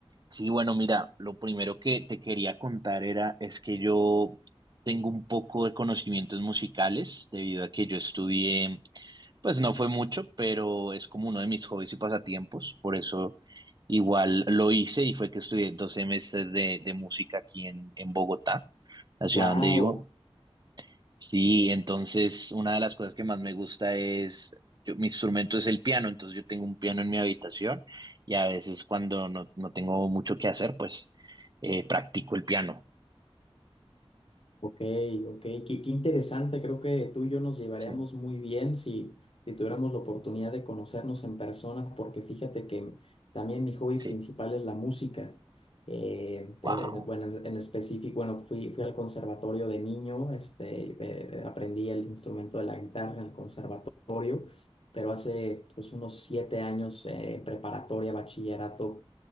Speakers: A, on the right; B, on the left.
A: Sí, bueno, mira, lo primero que te quería contar era, es que yo tengo un poco de conocimientos musicales debido a que yo estudié, pues no fue mucho, pero es como uno de mis hobbies y pasatiempos, por eso igual lo hice y fue que estudié dos semestres de, de música aquí en, en Bogotá, la ciudad
B: Wow,
A: donde vivo. Sí, entonces una de las cosas que más me gusta es, yo- mi instrumento es el piano, entonces yo tengo un piano en mi habitación y a veces cuando no, no tengo mucho que hacer, pues eh, practico el piano.
B: ok, ok, qué, qué interesante. Creo que tú y yo nos llevaríamos
A: Sí,
B: muy bien si, si tuviéramos la oportunidad de conocernos en persona, porque fíjate que también mi hobby
A: sí.
B: principal es la música. Eh, te-
A: Wow.
B: bueno, en en específico, bueno, fui, fui al conservatorio de niño, este, eh, aprendí el instrumento de la guitarra en el conservatorio. pero hace pues, unos siete años eh, en preparatoria, bachillerato,